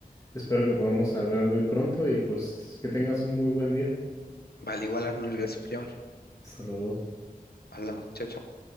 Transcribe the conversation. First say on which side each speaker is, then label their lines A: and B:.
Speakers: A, on the left; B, on the left.
A: Espero que podamos hablar muy pronto y pues que tengas un muy buen día.
B: Vale, igual Arnold, gracias por llamar.
A: Hasta luego.
B: Hablamos, chao, chao.